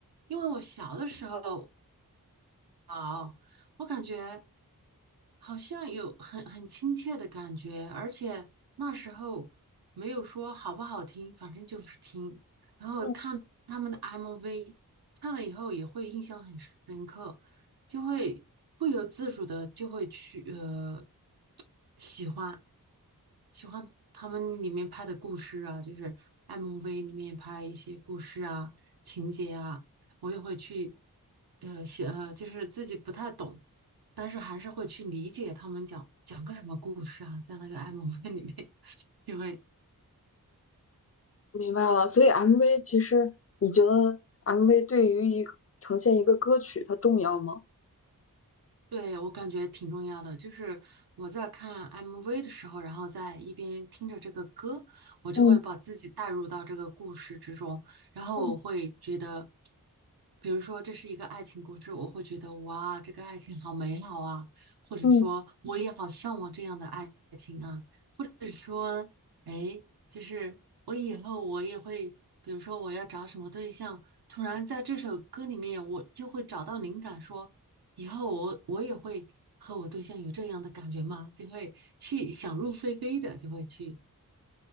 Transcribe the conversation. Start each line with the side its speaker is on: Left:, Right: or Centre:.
Right: 因为我小的时候啊、我感觉。好像有很很亲切的感觉，而且那时候没有说好不好听，反正就是听。然后看他们的
Left: 嗯，
Right: MV，看了以后也会印象很深刻，就会不由自主的就会去呃喜欢。喜欢他们里面拍的故事啊，就是 MV 里面拍一些故事啊、情节啊，我也会去呃写呃，就是自己不太懂，但是还是会去理解他们讲讲个什么故事啊，在那个 MV 里面就会。
Left: 明白了。所以 MV 其实你觉得 MV 对于一个呈现一个歌曲它重要吗？
Right: 对，我感觉挺重要的，就是我在看 MV 的时候，然后在一边听着这个歌，我就会把自己带入到这个故事之中，
Left: 嗯
Right: 然后我会觉得，
Left: 嗯
Right: 比如说这是一个爱情故事，我会觉得哇，这个爱情好美好啊，或者说我也好向往这样的爱情啊，
Left: 嗯，
Right: 或者说，哎，就是我以后我也会，比如说我要找什么对象，突然在这首歌里面我就会找到灵感说。以后我我也会和我对象有这样的感觉吗？就会去想入非非的，就会去